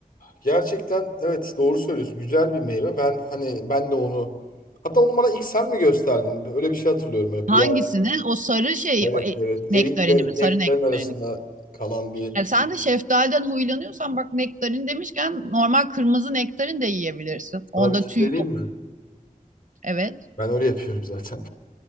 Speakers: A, on the left; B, on the right.
A: gerçekten evet doğru söylüyorsun. Güzel bir meyve. Ben hani ben de onu hatta onu bana ilk sen mi gösterdin? Öyle bir şey hatırlıyorum hep.
B: Hangisini?
A: Ya,
B: O sarı şey,
A: evet
B: o e,
A: evet.
B: nektarini
A: Erikle
B: mi?
A: nektarin
B: Sarı nektarini.
A: arasında kalan bir
B: Ya sen de şeftaliden huylanıyorsan bak nektarin demişken normal kırmızı nektarin de yiyebilirsin. Onda
A: sana bir şey
B: tüy
A: vereyim
B: yok.
A: mi?
B: Evet,
A: Ben öyle yapıyorum zaten.